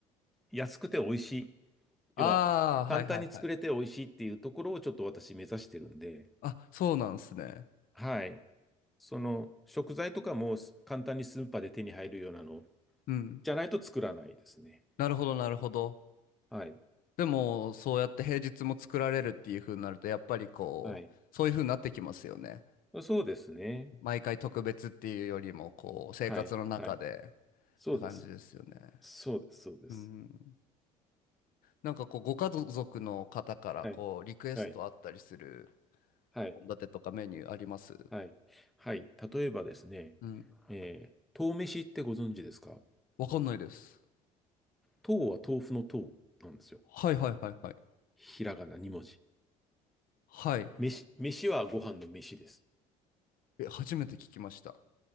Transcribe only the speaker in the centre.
安くて美味しい。
要は、簡単に作れて美味しいっていうところをちょっと私目指してるんで、
はい。その食材とかも簡単にスーパーで手に入るようなの
じゃないと作らないですね。
はい。
はい。
そうですね。
はい。はい。そうです。
そうです。そうです。
はい。
はい。はい。
はい。はい。例えばですね、
えー、豆飯ってご存知ですか
豆は豆腐の豆なんですよ。
ひらがな2文字。
飯、飯はご飯の飯です。